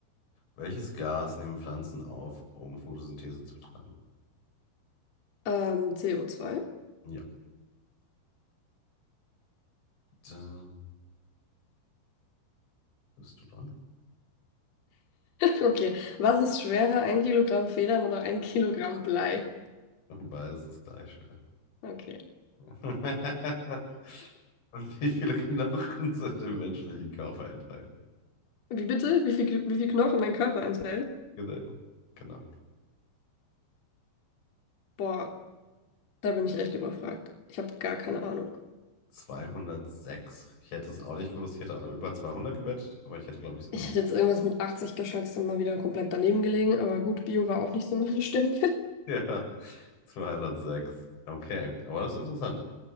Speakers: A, on the left; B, on the left.
A: welches Gas nehmen Pflanzen auf, um Photosynthese zu betreiben?
B: Ähm, co zwei.
A: Ja. Dann bist du dran.
B: Okay. Was ist schwerer, ein Kilogramm Federn oder ein Kilogramm Blei?
A: Beides ist gleich schwer.
B: Okay.
A: <laughs> Wie viele Knochen sind im menschlichen Körper enthalten?
B: Wie bitte? Wie viel, wie viel Knochen mein Körper enthält?
A: Genau. Genau.
B: Boah, da bin ich echt überfragt. Ich habe gar keine Ahnung.
A: 206. Ich hätte es auch nicht gewusst. Ich hätte über 200 gewettet, aber ich hätte, glaube ich, so
B: Ich
A: genau.
B: hätte
A: <laughs>
B: jetzt irgendwas mit 80 geschätzt und mal wieder komplett daneben gelegen, aber gut, Bio war auch nicht so meine Stärke.
A: Ja, 206. Okay, aber das ist interessant.